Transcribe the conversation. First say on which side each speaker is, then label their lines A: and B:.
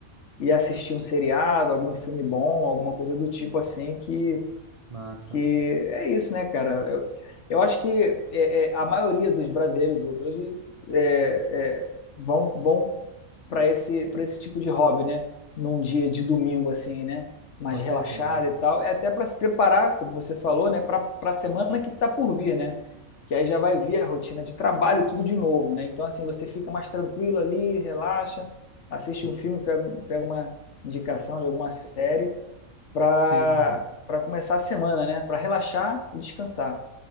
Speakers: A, on the left; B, on the right.
A: e assistir um seriado, algum filme bom, alguma coisa do tipo assim, que,
B: massa,
A: que é isso, né, cara? Eu, eu acho que é, é, a maioria dos brasileiros hoje é, é, vão, vão para esse para esse tipo de hobby, né? Num dia de domingo assim, né? Mais
B: com certeza.
A: relaxado e tal, é até para se preparar, como você falou, né? Para para a semana que está por vir, né? Que aí já vai vir a rotina de trabalho tudo de novo, né? Então assim você fica mais tranquilo ali, relaxa, assiste
B: Hum,
A: um filme, pega um- pega uma indicação de alguma série para
B: Sim,
A: para começar a semana, né? Para relaxar e descansar.